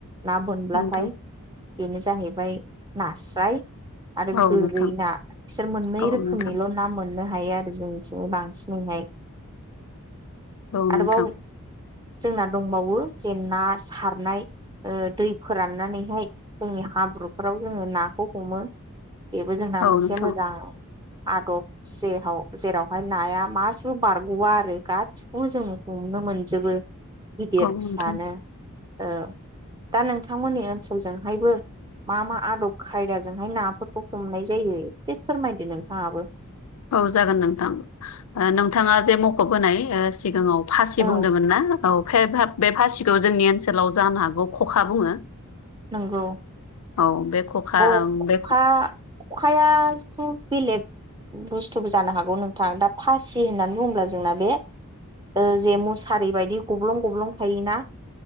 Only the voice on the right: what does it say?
ना बोनब्लाथाय
बेनो जाहैबाय नास्राय आरो
गोरै
ना बिसोर मोननै
रोखोमनिल'
ना मोननो हायो आरो <unintelligible> बांसिनैहाय
आरोबाव जोंना दंबावो जे ना सारनाय ओ दै फोराननानै हाय जोंनि हाब्रुफोराव जोङो नाखौ हमो बेबो जोंना
मोनसे
मोजां आदब जेहाव जेरावहाय नाया मासेबो बारग'वा आरो गासिखौबो जोङो हम‌ नो मोनजोबो गिदिर
फिसानो
ओ दा नोंथांमोननि ओनसोल जोंहायबो मा मा आदब खायदाजोंहाय नाफोरखौ हमनाय जायो एसे फोरमायदो नोंथाङाबो
औ
नंगौ
अ
खखा
खखायाथ' बेलेग बुस्थुबो जानो हागौ नोंथां दा फासि होननानै बुङोब्ला जोंना बे ओ जे मुसारि बायदि गब्लं गब्लं थायोना